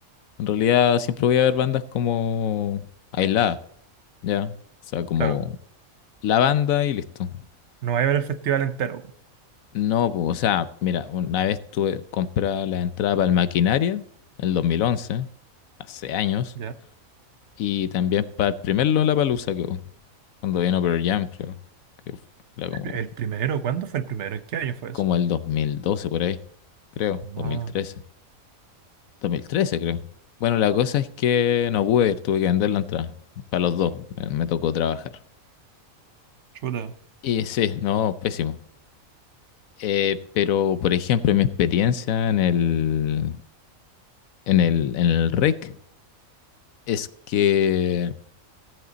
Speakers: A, on the left; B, on the right.
A: En realidad siempre voy a ver bandas como aisladas, ¿ya? O sea, como
B: claro,
A: la banda y listo.
B: no va a haber el festival entero,
A: No, po, o sea, mira, una vez tuve comprar la entrada para el Maquinaria, en el 2011, hace años,
B: ¿ya?
A: y también para el primer Lollapalooza que hubo, cuando vino Pearl Jam, creo. que fu- Era como,
B: ¿El primero? ¿Cuándo fue el primero? ¿En qué año fue
A: como
B: eso?
A: el 2012 por ahí, creo, dos dos
B: No,
A: mil trece, dos mil trece, creo. Bueno, la cosa es que no pude ir, tuve que vender la entrada, para los dos, me me tocó trabajar.
B: chuta,
A: Y sí, no, pésimo. Eh, pero, por ejemplo, mi experiencia en el, en el, en el REC es que